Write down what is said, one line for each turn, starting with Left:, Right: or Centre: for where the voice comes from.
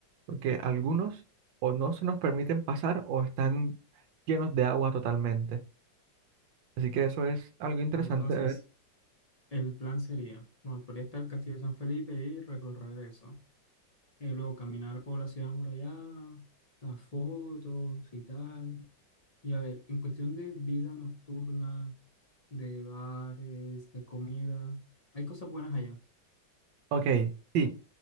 Right: porque algunos o no se nos permiten pasar o están llenos de agua totalmente. Así que eso es algo interesante
Left: Ah, entonces,
Right: de ver.
Left: el plan sería, bueno, podría estar el Castillo de San Felipe y recorrer eso. Eh, luego caminar por la ciudad amurallada, las fotos y tal. Y a ver, en cuestión de vida nocturna. de bares, de comida. Hay cosas buenas allá.
Right: Ok. sí.